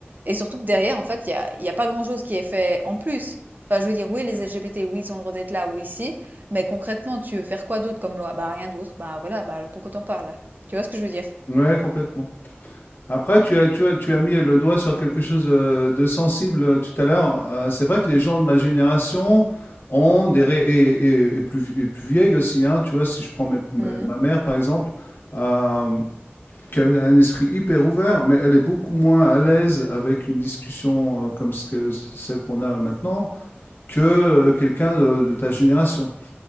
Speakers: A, on the right; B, on the left.
A: et surtout que derrière, en fait, il y a il y a pas grand chose qui est fait en plus. Enfin, je veux dire, oui, les LGBT, oui, ils ont le droit d'être là, oui, si, mais concrètement, tu veux faire quoi d'autre comme loi? Bah, rien d'autre. Bah, voilà, bah, alors pourquoi t'en parles? Tu vois ce que je veux dire?
B: Ouais, complètement. Après, tu as, tu as, tu as mis le doigt sur quelque chose de, de sensible euh, tout à l'heure. Euh, c'est vrai que les gens de ma génération ont des ré- et, et- et plus, et plus vieilles aussi. hein. tu vois, si je prends mes- mes-
A: Mmh
B: ma mère par exemple, euh, qui a une- un esprit hyper ouvert, mais elle est beaucoup moins à l'aise avec une discussion euh, comme ce que- celle qu'on a maintenant que euh, quelqu'un de, de ta génération.